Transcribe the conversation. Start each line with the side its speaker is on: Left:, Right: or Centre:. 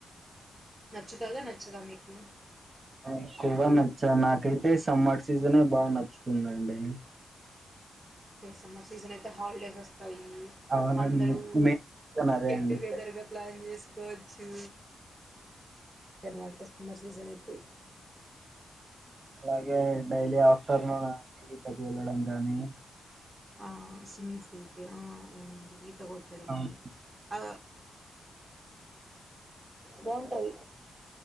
Centre: నచ్చుతాదా నచ్చదా మీకు
Right: ఎక్కువగా నచ్చ నాకైతే సమ్మర్ సీజనే బాగా నచ్చుతుందండి
Centre: సమ్మర్ సీజన్ అయితే హాలిడేస్ వస్తాయి
Right: అవునండి
Centre: అందరూ
Right: మే సీజన్ అదే
Centre: గెట్
Right: అండి
Centre: టుగెదర్ గా ప్లాన్ చేసుకోవచ్చు నమాట సమ్మర్ సీజన్ అయితే
Right: అలాగే డైలీ ఆఫ్టర్నూన్ ఈతకి వెళ్ళడం కానీ
Centre: ఆ స్విమ్మింగ్ పూల్కి ఆ అవునండి ఈతగొట్టడము
Right: అవును.
Centre: ఆ బాగుంటది